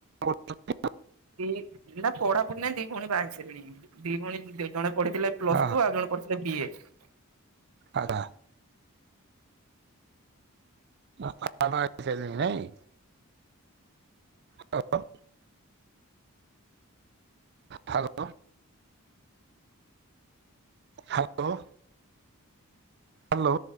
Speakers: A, on the right; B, on the right.
A: ଜଣ କରୁଚନ୍ତି?
B: ଦି ନା ପଢ଼ାପୁଢ଼ି ନାହିଁ ଦି ଭଉଣୀ ବାହା ହେଇ ସାରିଲେଣି ଦି ଭଉଣୀ ଜଣେ ପଢ଼ି ଥିଲେ ପ୍ଲସ୍
A: ହଁ,
B: ଟୁ ଆଉ ଜଣେ ପଢ଼ି ଥିଲେ ବି ଏ।
A: ଆବା। ଆଉ ବାପା ମା ଅଛନ୍ତି ନାହିଁ। ହ୍ୟାଲୋ। ହ୍ୟାଲେ।। ହାଲୋ। ହାଲୋ।